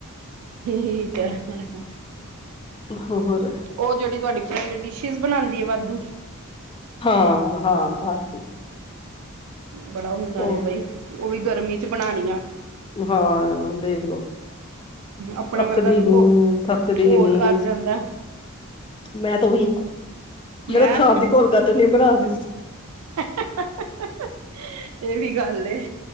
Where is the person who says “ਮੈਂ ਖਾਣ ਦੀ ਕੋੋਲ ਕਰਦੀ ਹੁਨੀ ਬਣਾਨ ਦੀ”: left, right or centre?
Left